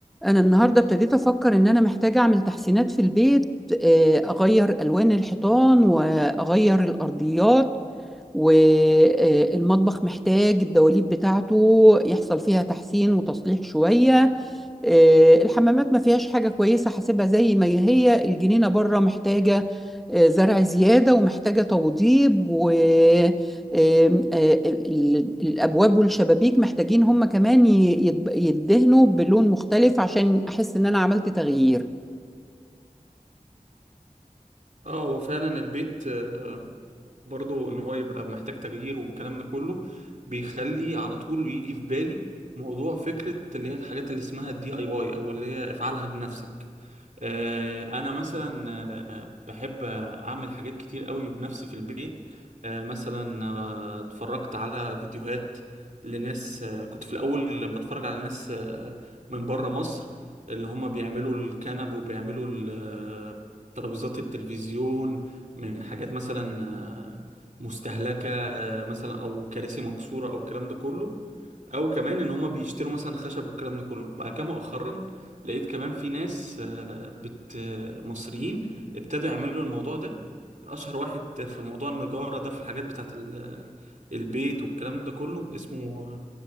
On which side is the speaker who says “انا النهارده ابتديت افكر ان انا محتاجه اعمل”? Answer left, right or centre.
Centre